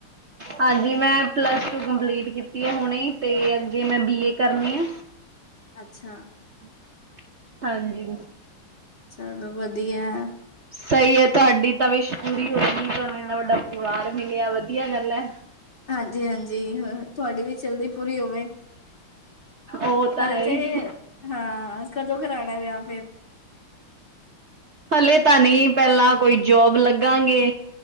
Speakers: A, on the right; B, on the left.
A: ਹਾਂਜੀ ਮੈਂ ਪਲੱਸ ਟੂ ਕੰਪਲੀਟ ਕੀਤੀ ਹੈ। ਹੁਣੇ ਤੇ ਅੱਗੇ ਮੈਂ ਬੀ ਏ ਕਰਨੀ ਆ।
B: ਅੱਛਾ।
A: <inaudible> ਹਾਂਜੀ
B: ਚਲੋ ਵਧੀਆ।
A: ਸਹੀ ਹੈ ਤੁਹਾਡੀ ਤੇ ਵਿਸ਼ ਪੂਰੀ ਹੋ ਗਈ ਤੁਹਾਨੂੰ ਇਨਾ ਵੱਡਾ ਪਰਿਵਾਰ ਮਿਲਿਆ ਵਧੀਆ ਗੱਲ ਏ।
B: ਹਾਂਜੀ -ਹਾਂਜੀ ਤੁਹਾਡੀ ਵੀ ਚਲਦੀ ਪੂਰੀ ਹੋਵੇ।
A: ਉਹ ਤਾਂ
B: ਹਜੇ
A: ਹੈ ਹੀ
B: ਤੇ ਹਾਂ ਕਦੋਂ ਕਰਾਉਣਾ ਵਿਆਹ ਫਿਰ?
A: ਹਲੇ ਤਾਂ ਨਹੀਂ ਪਹਿਲਾਂ ਕੋਈ ਜੋਬ ਲੱਗਾਂਗੇ।